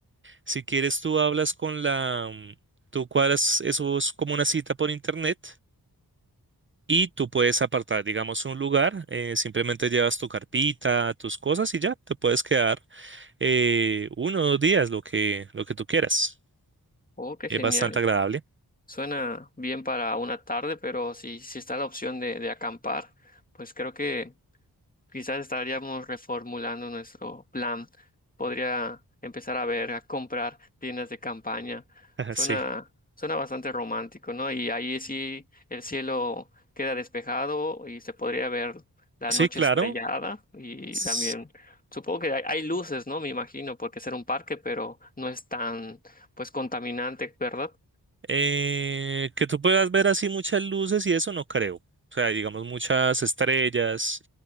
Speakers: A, on the right; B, on the left.
A: Si quieres, tú hablas con la, mm, tú cuadras, eso es como una cita por internet y tú puedes apartar, digamos, un lugar, eh, simplemente llevas tu carpita, tus cosas y ya, te puedes quedar eh, uno o dos días, lo que, lo que tú quieras.
B: Oh, qué
A: Es
B: genial.
A: bastante agradable.
B: Suena bien para una tarde, pero si, si está la opción de, de acampar, pues creo que quizás estaríamos reformulando nuestro plan. Podría empezar a ver, a comprar tiendas de campaña.
A: Ajá,
B: Suena,
A: <laughs> Sí,
B: suena bastante romántico, ¿no? Y ahí sí el cielo queda despejado y se podría ver la
A: sí,
B: noche
A: claro.
B: estrellada y
A: S-
B: también supongo que hay, hay luces, ¿no? Me imagino, porque ser un parque, pero no es tan, pues, contaminante, ¿verdad?
A: eh, que tú puedas ver así muchas luces y eso no creo. O sea, digamos muchas estrellas,